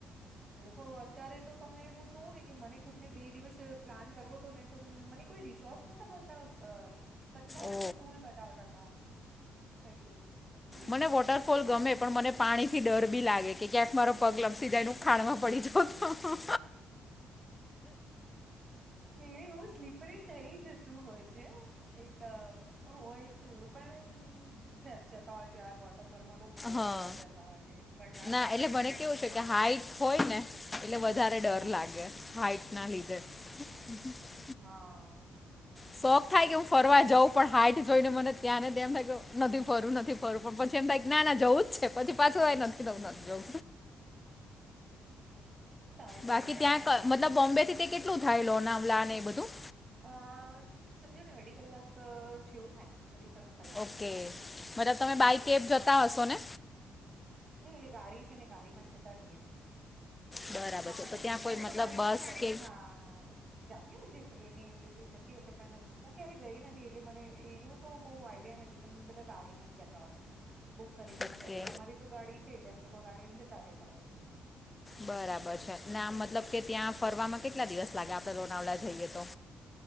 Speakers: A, on the right (about 40°); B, on the left (about 20°).
A: લોકો અત્યારે તો તમને હું જોઉં ને કે મને ખુદ ને બે દિવસ પ્લાન કરવો હતો ને તો મને કોઈ રિસોર્ટ નતા મળતા બધા
B: ઓ
A: એટલું ફૂલ બતાવતા હતા એટલું કે
B: મને વોટરફોલ
A: મતલબ ચોમાસા
B: ગમે પણ મને પાણી થી ડર બી લાગે કે ક્યાંક મારો પગ લપસી જાય ન ખાડમાં પડી જ તો
A: નિ એવું સ્લીપરી થઇ જતું હોય છે એક હોય તેવડું પણણ જતા હોય છે યાર વોટરફોલમાં તો બહુ
B: હા
A: બધા જતા હોય છે ભંડાર
B: ના
A: ઘ્યાનું
B: એટલે મને
A: તો નામ
B: કેવું
A: છે
B: કે હાઈટ હોય ને એટલે વધારે ડર
A: હા
B: લાગે હાઈટના લીધે હ હ
A: હા
B: શોખ થાય કે હું ફરવા જઉં પણ હાઈઇટ જોઈને મને ત્યાંને એમ થ નથી ફરું નથી ફરું પણ પછી એમ થાયં ના જવું જ છે પછી પાછળઈ નથી દઉ જોઉ
A: થાય
B: બાકી
A: થાય
B: ત્યાં
A: આવું
B: મતલબ બોમ્બે થી તે કેટલું થાય લોનાવલા એ બધું
A: અ સમજો ને અઢી કલાક જેવું થાય અડી ત્રણ ક
B: ઓકે મલબ તમે બાય કેબ જતા હશો ને
A: નઈ એટલે ગાડી છે ને ગાડી માં જતા રએ
B: બરાબર
A: હા
B: છે
A: પણ
B: તો ત્યાં કોઈ
A: જવું
B: મતલબ
A: તો ગાડીમાં
B: બસ
A: જ પડે
B: કે
A: હા જતી હોય છે ટ્રેન એવી રીતે જતી હશે પણ હું ક્યારે ગઈ નથી એટલે મને એનું તો બહુ આઈડિયા નથી પણ બધા કાઢીમાં જતા હોય બુક કરીને
B: ઓકે
A: જ જઈએ અમારી તો ગાડી છે એટલે મતલબ ગાડીમાં જતા રહેતા હોય
B: બરાબર છે ના આમ મતલબ કે ત્યાં ફરવામાં કેટલા દિવસ લાગે આપણે લોનાવલા જઈએ તો